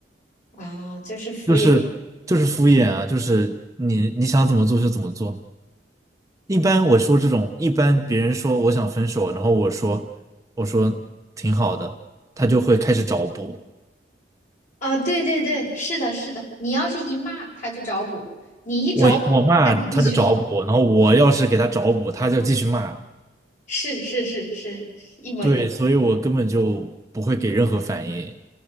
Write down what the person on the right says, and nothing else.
就是就是敷衍啊，就是你你想怎么做就怎么做。一般我说这种，一般别人说我想分手，然后我说我说挺好的，他就会开始找补。
我我骂他就找补，
然后我要是给他找补，他就继续骂。
对，所以我根本就不会给任何反应。